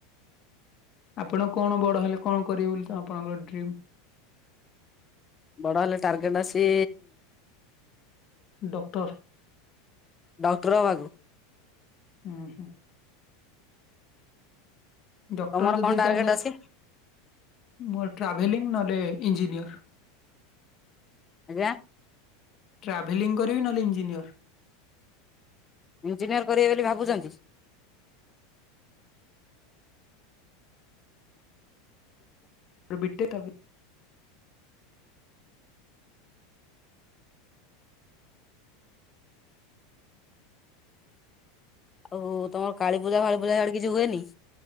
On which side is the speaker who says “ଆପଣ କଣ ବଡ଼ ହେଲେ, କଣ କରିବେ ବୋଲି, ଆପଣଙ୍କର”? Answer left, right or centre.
Left